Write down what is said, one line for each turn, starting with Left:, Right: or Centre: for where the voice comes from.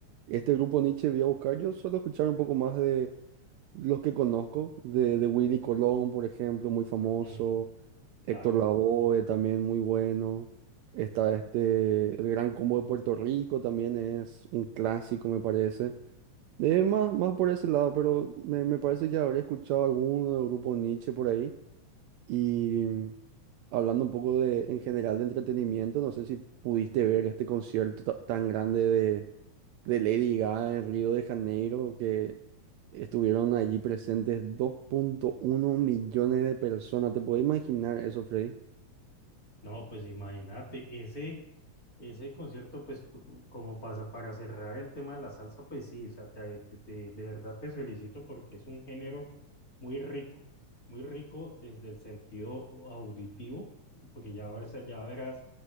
Right: este grupo Nietzsche voy a buscar, yo suelo escuchar un poco más los que conozco, de, de Willy Colón, por ejemplo, muy famoso.
Left: Mm,
Right: Héctor
Left: claro.
Right: Lavoe, también muy bueno. Está este, el Gran Combo de Puerto Rico, también es un clásico, me parece. Eh, más, más por ese lado, pero me, me parece ya habría escuchado alguno del grupo Nietzsche por ahí. Y mm, hablando un poco de, en general de entretenimiento, no sé si pudiste ver este concierto ta- tan grande de Lady Gaga en Río de Janeiro, que estuvieron allí presentes dos punto uno millones de personas. ¿Te puedes imaginar eso, Freddy?
Left: No, pues imagínate, ese... Ese concierto, pues, fu- como pasa para cerrar el tema de la salsa, pues sí, o sea, te- te- te- de verdad te felicito porque es un género muy rico, muy rico desde el sentido auditivo, porque ya, vas a- ya verás,